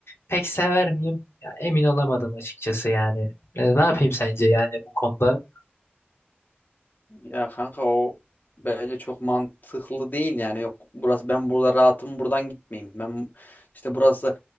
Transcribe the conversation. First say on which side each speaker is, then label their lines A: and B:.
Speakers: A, on the left; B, on the left.
A: pek sever miyim ya emin olamadım açıkçası yani E, ne yapayım sence yani bu konuda
B: Ya kanka o bence çok mantıklı değil yani. Yok burası ben burada rahatım buradan gitmeyeyim. Ben işte burası